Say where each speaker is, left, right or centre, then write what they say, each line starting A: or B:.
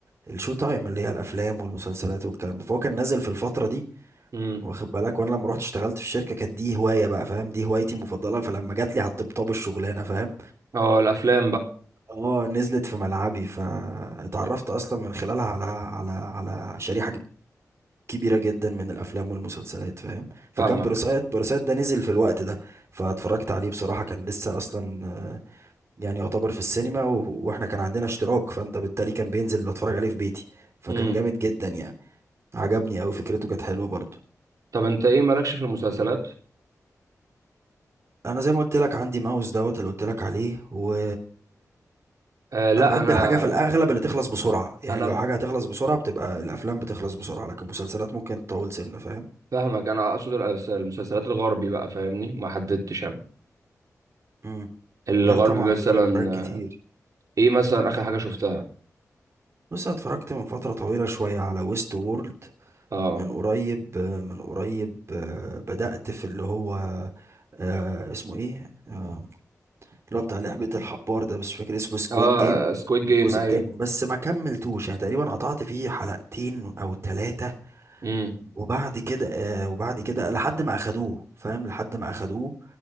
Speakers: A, on the right; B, on the right.
A: الشو تايم اللي هي الافلام والمسلسلات والكلام ده فهو كان نازل في الفتره دي
B: امم
A: واخد بالك وانا لما رحت اشتغلت في الشركه كانت دي هوايه بقى فاهم دي هوايتي المفضله فلما جات لي على الطبطاب الشغلانه فاهم
B: اه الافلام بقى
A: اه نزلت في ملعبي فاتعرفت اصلا من خلالها على على على شريحه كبيرة جدا من الأفلام والمسلسلات فاهم فكان
B: فاهمك
A: باراسايت باراسايت ده نزل في الوقت ده فاتفرجت عليه بصراحة كان لسه أصلا آه، يعني يعتبر في السينما و... وإحنا كان عندنا اشتراك فأنت بالتالي كان بينزل بتفرج عليه في بيتي فكان
B: امم
A: جامد جدا يعني عجبني أوي فكرته كانت حلوة برضه
B: طب انت ايه مالكش في المسلسلات
A: أنا زي ما قلت لك عندي ماوس دوت اللي قلت لك عليه و
B: آه لا
A: أنا بحب
B: انا
A: الحاجة في الأغلب اللي تخلص بسرعة يعني
B: انا
A: لو حاجة هتخلص بسرعة بتبقى الأفلام بتخلص بسرعة لكن المسلسلات ممكن تطول سنة فاهم
B: فاهمك انا اقصد الأس- المسلسلات الغربي بقى فاهمني ما حددتش انا
A: مم.
B: الغربي
A: لا طبعا
B: مثلا
A: ليا في حاجات كتير
B: آه، ايه مثلا اخر حاجه شفتها
A: بص أنا اتفرجت من فترة طويلة شوية على ويست وورلد
B: اه
A: من قريب من قريب آه، بدأت في اللي هو آه، اسمه ايه آه، اللي هو بتاع لعبة الحبار ده بس مش فاكر اسمه سكويد
B: اه
A: جيم
B: سكويد جيم
A: الجزء
B: ايوه
A: التاني بس ما كملتوش يعني تقريبا قطعت فيه حلقتين او ثلاثة
B: امم
A: وبعد كده آه، وبعد كده لحد ما اخدوه فاهم لحد ما اخدوه